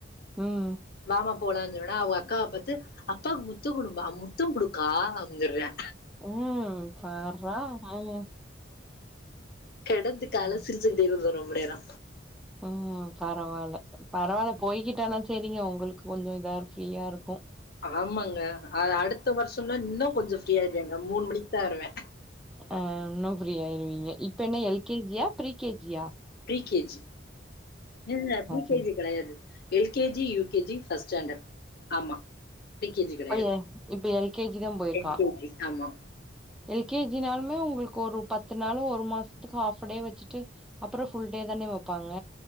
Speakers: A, in the centre; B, on the left.
A: ம்
B: வாமா போலானு சொன்னனா அவங்க அக்காவ பாத்து அப்பாவுக்கு முத்த குடுமா முத்த குடுக்கா அப்டினு சொல்றியா
A: ம் பார்றா ம்
B: கெடந்து கால
A: ம்.
B: சிரிச்சுக்கிட்டே இருந்தே ரொம்ப நேரோ
A: ம் பரவால்ல பரவால்ல போய்கிட்டானா சரிங்க உங்களுக்கு கொஞ்ச இதா இருக் ஃப்ரீயா இருக்கு
B: ஆமாங்க அ அடுத்த வருஷம்னா இன்னு கொஞ்ச ஃப்ரீயாயிருவேங்க மூணு மணிக்குதா வருவே
A: அ இன்னு ஃப்ரீயாயிருவீங்க இப்ப என்ன எல் கே ஜியா ப்ரி கே ஜியா
B: ப்ரீ கே ஜி என் ப்ரீ கே
A: சரி.
B: ஜி கெடையாது L K G U K G first standard ஆமா ப்ரீ கே ஜி கெடையாது
A: இப்ப எ இப்ப எல்கேஜி தான் போயிருக்கான்.
B: எல் கே ஜி ஆமா
A: எல்கேஜினாலுமே ஒங்களுக்கு ஒரு பத்து நாளு ஒரு மாசத்துக்கு ஹாஃபடே வச்சுட்டு அப்புற ஃபுல் டே தானே வெப்பாங்க